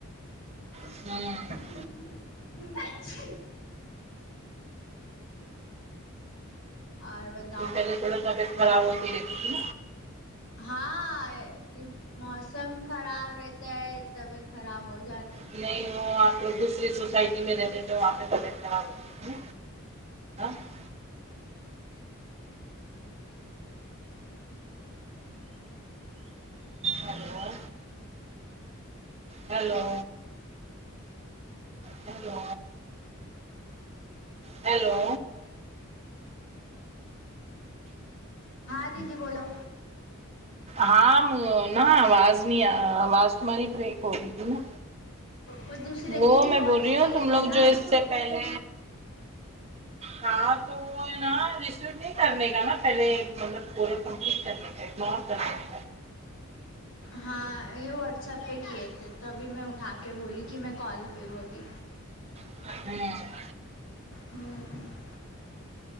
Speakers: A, on the left; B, on the right.
A: <inaudible>
B: <unintelligible>
A: <unintelligible> اور بت
B: پہلے تھوڑا طبیعت خراب ہوتی دیکھی تھی
A: ہاں یہ موسم خراب رہتا ہے طبیعت خراب ہو جاتا
B: نہیں وہ آپ لوگ دوسری سوسائٹی میں رہتے تھے وہاں پہ طبیعت خراب ہوتی <unintelligible> ہیلو ہیلو ہلو ہیلو
A: ہاں دیدی بولو
B: ہاں نا آواز نہیں آواز تمہاری بریک ہوگی تھی نا
A: وہ دوسرے
B: وہ
A: دیدی
B: میں
A: کال
B: بول رہی ہوں
A: کیے
B: تم لوگ
A: تھے نا
B: جو اس سے پہلے ہاں تو وہ ہے نا ریسیو نہیں کرنے کا نا پہلے مطلب پورا کمپلیٹ کرنے کا اگن <unintelligible>
A: ہاں یہ واٹسپ پہ کیے تھے تو ابھی میں اٹھا کے بولی کہ میں کال پہ ہوں ابھی
B: ہوں
A: ہوں